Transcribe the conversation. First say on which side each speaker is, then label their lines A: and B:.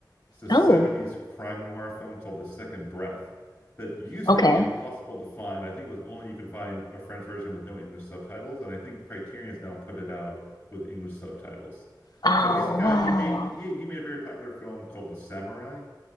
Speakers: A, on the left; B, on the left.
A: It's a 70s
B: Oh.
A: crime noir film called The Second Breath that used
B: Okay.
A: to be impossible to find. I think it was only you could find a French version with no English subtitles, and I think Criterion's now put it out with English subtitles.
B: Oh,
A: So he's the guy,
B: wow.
A: he made he, he made a very popular film called The Samurai.